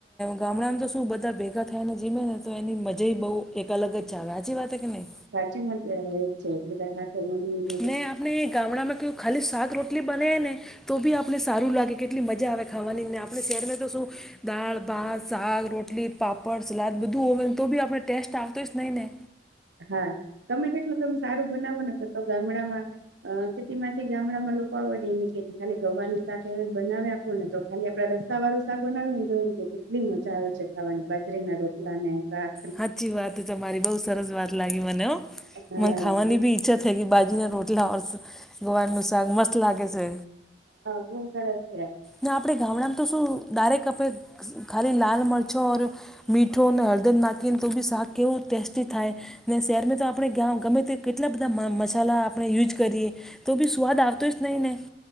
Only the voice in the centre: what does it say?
ગામડામાં તો શું બધા ભેગા થાય ને જીમે ને તો એની મજા બઉુ. એક અલગ જ ચ વા્યાચી વાત કે નહીં?
મેં આપણે ગામડામાં કહ્યું ખાલી શાક રોટલી બનેવી ને. તો બી આપને સારું લાગે કેટલી મજા આવે ખાવાનીને આપણે શહેરમાં તો શું દાળ ભાત શાક રોટલી પાપડ સલાદ બધું હોવે તો બી આપણે ટેસ્ટ આવતો જ નહી ને.
સાચી વાત તમારી બઉુ સરસ વાત લાગી મને હ.
મને ખાવાની બી ઈચ્છા થઈ ગ બાજીના રોટલા ઓર્સ. ગોબરનું સાગ મસલા કે છે.
ના આપણે ગામડામાં તો શું ડારેક આપે. ખાલી લાલ મરચો ઓ, મીઠો અને હળદર નાખીએને તો બી શાક કેવું ટેસ્ટી થાય ને શહેરમાં તો આપણે ગ ગમે કેટલા બધા મસાલા આપણે યુઝ કરીએ. તો ભી સુવાદ આવતો એ ન ને.